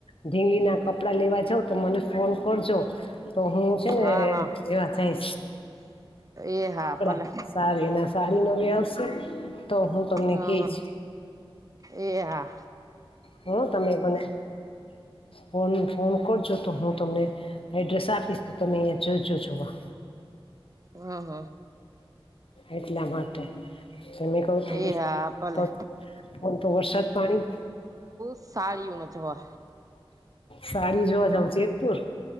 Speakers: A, on the left; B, on the right.
A: ઢીલી ના કપડા લેવા જાવ તો મને ફોન કરજો તો હું છે ને
B: હા હા
A: એવા થઈ
B: એ હા
A: કપડા
B: ભલે
A: સા એના સાડી નવી આવશે તો હું તમને
B: હા
A: કહીશ
B: હા એહા
A: હું તમે મને ફોન ફોન કરજો તો હું તમને એડ્રેસ આપીસ તો તમે જો જો હા
B: હ હા
A: એટલા માટે સમી તો
B: એ હા ભલે
A: તમેમ તો વરસાદ પાણી
B: સાડીઓ ન જોવા
A: સાડી જોવા જઉ જેતપુર